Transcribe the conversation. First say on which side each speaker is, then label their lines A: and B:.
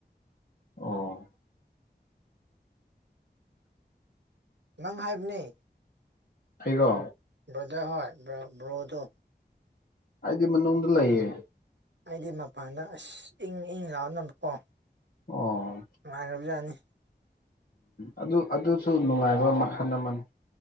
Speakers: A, on the left; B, on the right.
A: ꯑꯣ
B: ꯅꯪ ꯍꯥꯏꯕꯅꯦ
A: ꯍꯥꯏꯒꯣ
B: ꯕ꯭ꯔꯣꯗꯔ ꯍꯣꯢ ꯕꯔꯣ ꯕꯔꯣꯗꯣ
A: ꯑꯩꯗꯤ ꯃꯅꯨꯡꯗ ꯂꯩꯌꯦ
B: ꯑꯩꯗꯤ ꯃꯄꯥꯟꯗ ꯑꯁ ꯏꯪ ꯏꯪ ꯂꯥꯎ ꯅꯝꯀꯣ
A: ꯑꯣ
B: ꯅꯨꯡꯉꯥꯢꯈ꯭ꯔꯕ ꯌꯥꯅꯤ
A: ꯎꯝ ꯑꯗꯨ ꯑꯗꯨꯁꯨ ꯅꯨꯡꯉꯥꯏꯕ ꯃꯈꯜ ꯑꯃꯅꯤ